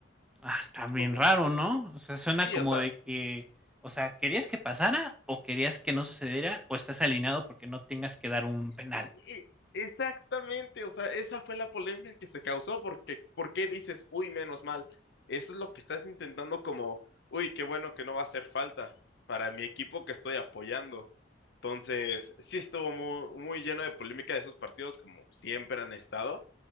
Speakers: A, in the centre; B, on the left.
A: Ah, está
B: Es
A: bien
B: como,
A: raro, ¿no? O sea, suena
B: sí,
A: como
B: o sea,
A: de que, o sea, ¿querías que pasara o querías que no sucediera o estás alineado porque no tengas que dar un penal?
B: y- y- exactamente, o sea, esa fue la polémica que se causó, porque ¿por qué dices, uy, menos mal? Eso es lo que estás intentando como, uy, qué bueno que no va a hacer falta para mi equipo que estoy apoyando. Entonces, sí estuvo muy, muy lleno de polémica esos partidos, como siempre han estado.